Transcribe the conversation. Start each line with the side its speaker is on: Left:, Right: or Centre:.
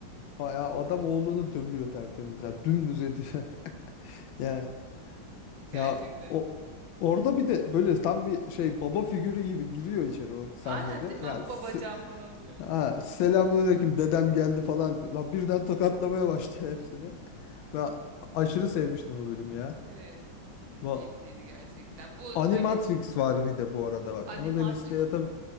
Left: Aa, Ya adam oğlunu dövüyor tertemiz ya dümdüz ediyor. <laughs> Ya
Right: Gerçekten.
Left: ya o orada bir de böyle tam bir şey baba figürü gibi giriyor içeri o sahnede.
Right: Aynen değil mi?
Left: Ya
Right: Ah
Left: s-
Right: babacan falan böyle.
Left: ha, selamünaleyküm dedem geldi falan diyor. Lan birden tokatlamaya başlıyor <laughs> hepsini. Ben aşırı sevmiştim o bölümü ya.
Right: Evet.
Left: Bu
Right: Keyifliydi gerçekten. Bu
Left: Animatrix
Right: söyle
Left: var bir de bu arada bak.
Right: Animatrix
Left: Onu da listeye tabii